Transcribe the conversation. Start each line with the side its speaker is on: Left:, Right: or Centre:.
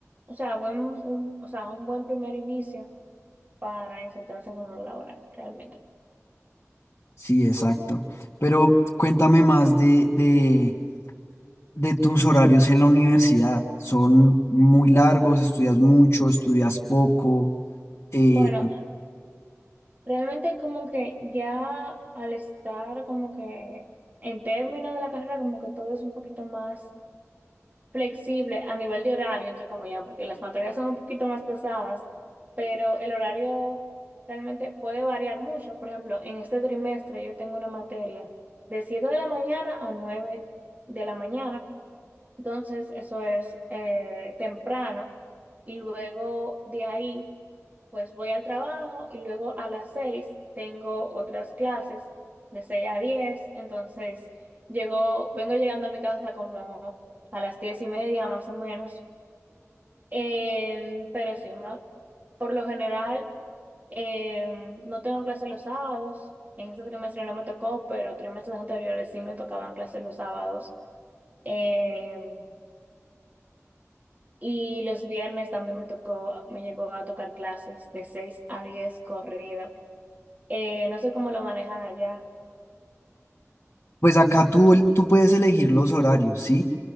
Right: o sea, buen, un, o sea, un buen primer inicio para insertarse en el mundo laboral, realmente.
Left: Sí, exacto. Pero cuéntame más de, de, de tus horarios en la universidad. ¿Son muy largos? ¿Estudias mucho? ¿Estudias poco? Eh,
Right: Bueno, realmente como que ya al estar como que en términos de la carrera, como que todo es un poquito más flexible a nivel de horario, entre comillas, porque las materias son un poquito más pesadas, pero el horario realmente puede variar mucho. Por ejemplo, en este trimestre yo tengo una materia de 7 de la mañana a nueve de la mañana, entonces eso es eh, temprano y luego de ahí... Pues voy al trabajo y luego a las seis tengo otras clases de seis a diez. Entonces llego, vengo llegando a mi casa como a las diez y media más o menos. Em, pero sí, ma- por lo general em, no tengo clases los sábados. En este trimestre no me tocó, pero trimestres anteriores sí me tocaban clases los sábados. Em, y los viernes también me tocó, me llegó a tocar clases de seis a diez corrido. Eh, no sé cómo lo manejan allá.
Left: pues acá tú, el- tú puedes elegir los horarios, ¿sí?